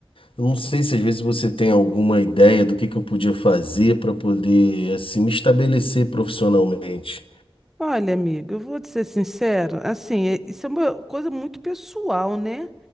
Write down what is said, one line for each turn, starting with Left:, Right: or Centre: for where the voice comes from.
Left: Eu não sei se às vezes você tem alguma ideia do que que eu podia fazer pra poder, assim, me estabelecer profissionalmente.
Centre: Olha, amigo, eu vou te ser sincero. Assim, é- isso é uma coisa muito pessoal, né?